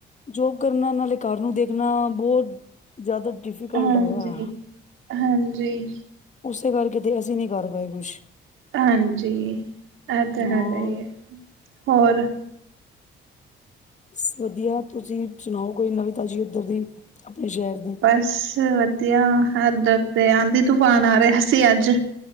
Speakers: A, on the left (about 35°); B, on the right (about 85°).
A: ਜੋਬ ਕਰਨਾ ਨਾਲੇ ਘਰ ਨੂੰ ਦੇਖਣਾ ਬਹੁਤ ਜ਼ਿਆਦਾ ਡਿਫੀਕਲਟ
B: ਹਾਂਜੀ।
A: ਹੈਗਾ।
B: ਹਾਂਜੀ,
A: ਉਸੇ ਕਰਕੇ ਤੇ ਅਸੀਂ ਨਹੀਂ ਕਰ ਪਾਏ ਕੁਛ।
B: ਹਾਂਜੀ ਇਹ ਤਾਂ ਹੈਗਾ
A: ਹਾਂ
B: ਹੀ ਹੋਰ
A: ਬਸ ਵਧੀਆ ਤੁਸੀਂ ਸੁਣਾਓ ਕੋਈ ਨਵੀਂ ਤਾਜ਼ੀ ਉੱਧਰ ਦੀ ਆਪਣੇ ਸ਼ਹਿਰ ਦੀ।
B: ਬੱਸ ਵਧੀਆ ਐਦਰ ਤੇ ਆਂਦੀ ਤੂਫਾਨ ਆ ਰਹਿਆ ਸੀ ਅੱਜ।